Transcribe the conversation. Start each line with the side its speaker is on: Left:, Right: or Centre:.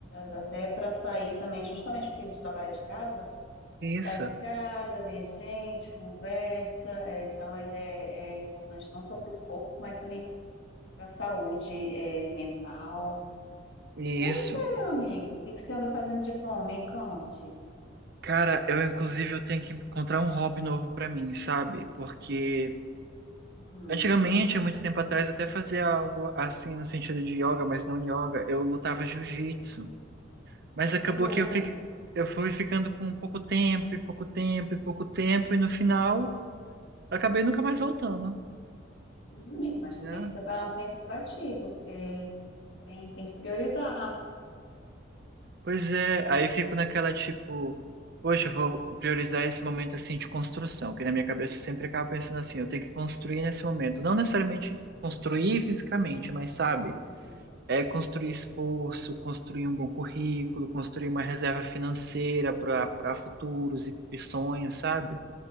Left: Até para sair também, justamente porque a gente trabalha de casa. Você sai
Right: Isso,
Left: de casa, vê gente, conversa, é, então é, é- é importante não só para o corpo, mas também para a saúde, é, mental.
Right: isso.
Left: E você, meu amigo, o que que você anda fazendo de bom? Me conte.
Right: Cara, eu inclusive eu tenho que encontrar um hobby novo pra mim, sabe? Porque
Left: Hum.
Right: antigamente, há muito tempo atrás, eu até fazia algo assim no sentido de yoga, mas não yoga. Eu lutava jiu-jitsu, mas
Left: Ai,
Right: acabou
Left: boa.
Right: que eu fiquei, eu fui ficando com pouco tempo, e pouco tempo, e pouco tempo, e no final acabei nunca mais voltando,
Left: Hum, amigo, mas tu
Right: né?
Left: tem que separar um tempo para ti, porque tem, tem que priorizar.
Right: Pois é, aí eu fico naquela tipo, poxa, eu vou priorizar esse momento assim de construção, que na minha cabeça eu sempre acaba pensando assim, eu tenho que construir nesse momento, não necessariamente construir fisicamente, mas sabe,
Left: Uhum.
Right: é construir esforço, construir um bom currículo, construir uma reserva financeira para para futuros e, e sonhos, sabe?